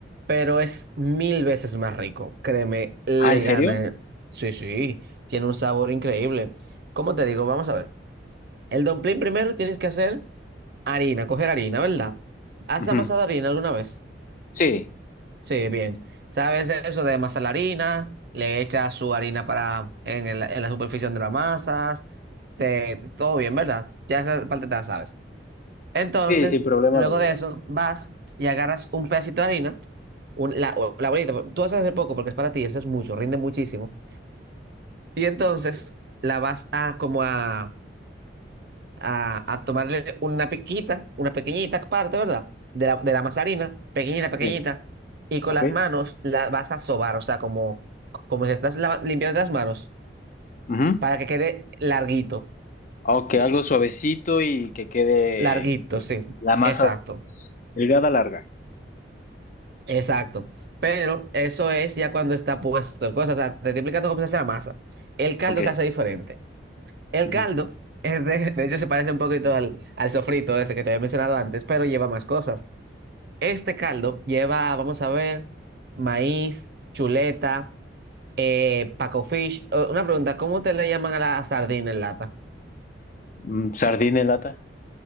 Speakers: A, on the right (about 55°); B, on the left (about 45°).
A: pero es mil veces más rico. Créeme, le
B: Ah, ¿en serio?
A: gana. eh. Sí, sí, tiene un sabor increíble. ¿Cómo te digo? Vamos a ver. El dumpling primero tienes que hacer harina, coger harina, ¿verdad? ¿Has
B: Ujú.
A: amasado harina alguna vez?
B: Sí,
A: Sí, bien. ¿Sabes eso de amasar la harina? Le echas su harina para en, el- en la superficie de las masas. Te, todo bien, ¿verdad? Ya esa parte te la sabes. Entonces,
B: sí, sin problema
A: luego
B: lo de
A: de
B: la harina.
A: eso, vas y agarras un pedacito de harina, un- la, o la bolita. pues, Tú vas a hacer poco porque es para ti, eso es mucho, rinde muchísimo. Y entonces la vas a como a a, a tomarle una piquita, una pequeñita parte, ¿verdad? De la, de la masa de harina, pequeñita, pequeñita,
B: Sí,
A: y con
B: ok.
A: las manos la vas a sobar, o sea, como, como si estás lava- limpiando las manos,
B: Ujú.
A: para que quede larguito,
B: Ok, algo suavecito y que quede
A: larguito, sí,
B: la masa
A: exacto,
B: s- delgada, larga.
A: exacto. Pero eso es ya cuando está puesto el cosa, o sea, te estoy explicando cómo se hace la masa. El caldo
B: Ok.
A: se hace diferente. El
B: Ujú.
A: caldo, es de, de hecho, se parece un poquito al, al sofrito ese que te había mencionado antes, pero lleva más cosas. Este caldo lleva, vamos a ver, maíz, chuleta, eh, paco fish. Eh, Una pregunta, ¿cómo te le llaman a la sardina en lata?
B: Mm, Sardina en lata.